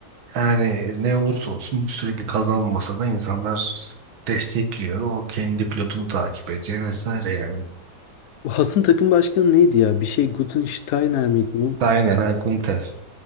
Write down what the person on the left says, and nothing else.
O Has'ın takım başkanı neydi ya? Bir şey Gutensteiner miydi? Hun